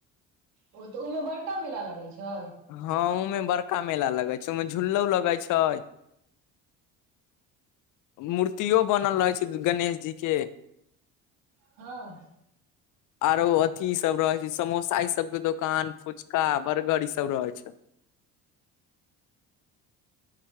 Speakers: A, on the right; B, on the left.
A: ओ तऽ ओहिमे बड़का मेला लगै छै।
B: हँं ऊमे बड़का मेला लगे छै ऊमे झूल्लो लगै छै। मूर्तियो बनल रहै छै गणेश जी के।
A: हँ
B: आरो अथी सब रहै छै समोसा ई सब के दोकान फुचका बर्गर ई सब रहेै छै।